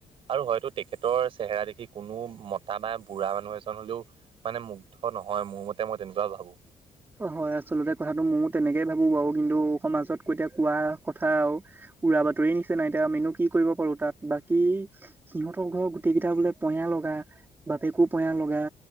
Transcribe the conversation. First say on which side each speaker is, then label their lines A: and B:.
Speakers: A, on the right; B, on the right.
A: আৰু হয়তো তেখেতৰ। চেহেৰা দেখি কোনো মতা বা বুঢ়া মানুহ এজন হ'লেও মানে মুগ্ধ নহয় মোৰ মতে মই তেনেকুৱা ভাবোঁ।
B: হয় আচলতে কথাটো ময়ো তেনেকে ভাবোঁ বাৰু। কিন্তু সমাজত কৈ দিয়া কোৱা কথা উৰা বাতৰি নিচিনা এতিয়া আমিনো কি কৰিব পাৰোঁ তাত। বাকী সিহঁতৰ ঘৰ গোটেই কেইটা বোলে পয়া লগা বাপেকো পয়া লগা